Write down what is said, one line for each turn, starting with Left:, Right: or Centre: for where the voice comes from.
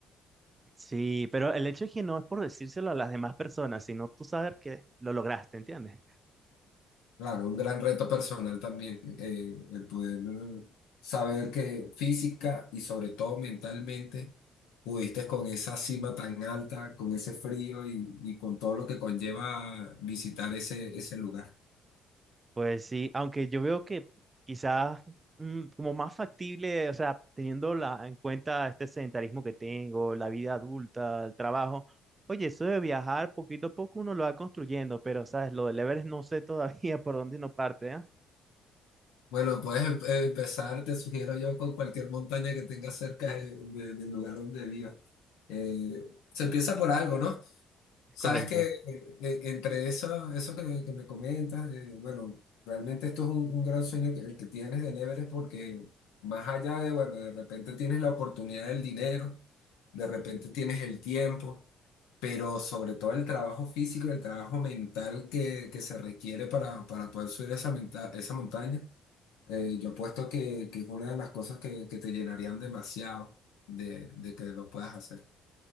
Right: sí, pero el hecho es que no es por decírselo a las demás personas, sino tú saber que lo lograste, ¿entiendes?
Left: Claro, un gran reto personal también, eh, el poder saber que física y sobre todo mentalmente pudiste con esa cima tan alta, con ese frío y, y con todo lo que conlleva visitar ese, ese lugar.
Right: Pues sí, aunque yo veo que quizás mm, como más factible, o sea, teniendo la- en cuenta este sedentarismo que tengo, la vida adulta, el trabajo, oye, eso de viajar poquito a poco uno lo va construyendo, pero sabes, lo del Everest no sé todavía <laughs> por dónde no parte, ¿ah?
Left: Bueno, puedes em- eh, empezar, te sugiero yo, con cualquier montaña que tengas cerca de- de- del lugar donde vivas. Eh, se empieza por algo, ¿no?
Right: Es
Left: Sabes
Right: correcto.
Left: que eh, eh, entre eso, eso que, que me comentas, eh, bueno, realmente esto es un, un gran sueño que, el que tienes del Everest porque más allá de, bueno, de repente tienes la oportunidad del dinero, de repente tienes el tiempo, pero sobre todo el trabajo físico, el trabajo mental que, que se requiere para, para poder subir esa, menta- esa montaña, eh, yo apuesto que, que es una de las cosas que, que te llenarían demasiado de, de que lo puedas hacer.